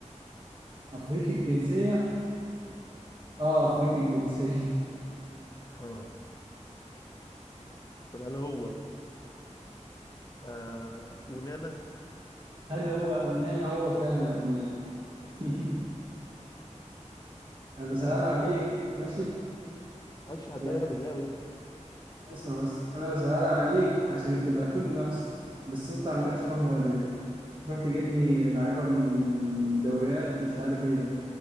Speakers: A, on the right (about 40°); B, on the left (about 30°).
A: افريقي الجنسية اه افريقي الجنسية
B: ها طب هل هو آه ونانا
A: <laughs> هل هو اونانا هو فعلا اونانا <laughs> انا بسأل
B: لا لا
A: عليك
B: اللعبه دي
A: ماشي
B: ما حدش حداني
A: يا
B: انا في اللعبه دي
A: اسمع بس انا بسأل عليك عشان تبقى في منافسة بس انت عندكش
B: آه.
A: روح رياضية تروح تجيب لي لعيبة من من دوريات مش عارف ايه ده